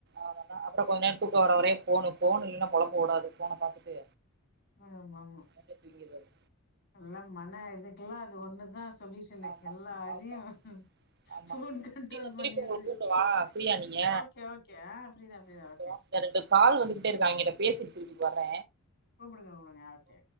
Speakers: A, on the right (about 50°); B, on the left (about 55°).
A: அவ்ளதா அப்ற கொஞ்ச நேர துக்க வர வரையு ஃபோனு. ஃபோனு இல்லனா பொழப்பு ஓடாது ஃபோன பாத்துட்டு
B: ஆமாமா
A: அப்டியே தூங்கிர்றது
B: எல்லா மன இதுக்குலா அது ஒன்னுதா சொல்யூஷனு
A: ஆமா
B: எல்லா இதியு
A: ஆமா ஆமா
B: ஃபோன் கண்ட்ரோல்
A: நீங்க திருப்பி
B: பண்ணிருது
A: உங்கள கூப்டவா ஃப்ரீயா நீங்க
B: ஓகே ஓகே ஆ ஃப்ரீதா ஃப்ரீதா
A: கூப்டவா
B: ஓகே
A: இந்த ரெண்டு கால் வந்துகிட்டேருக்கு அவிங்கிட்ட பேசிட்டு திருப்பி வர்ற
B: கூப்டுங்க கூப்டுங்க அ ஓகே